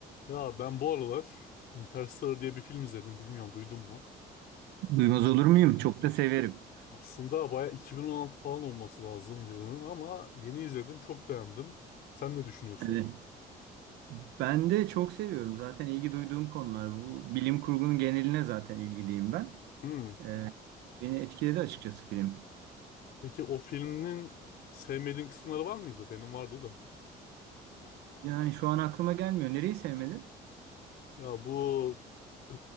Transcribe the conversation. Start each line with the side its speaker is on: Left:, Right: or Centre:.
Left: Ya ben bu aralar Interstellar diye bir film izledim. Bilmiyorum duydun mu?
Right: Duymaz
Left: Hiç,
Right: olur
Left: a-
Right: muyum? Çok da
Left: a-
Right: severim.
Left: aslında baya 2016 falan olması lazım yılının ama yeni izledim. Çok beğendim. Sen ne düşünüyorsun?
Right: Evet. Ben de çok seviyorum. Zaten ilgi duyduğum konular bu. Bilim kurgunun geneline zaten ilgiliyim ben.
Left: Hmm.
Right: Ee, beni etkiledi açıkçası film.
Left: Peki o filmin sevmediğin kısımları var mıydı? Benim vardı da.
Right: Yani şu an aklıma gelmiyor. Nereyi sevmedin?
Left: Ya bu e,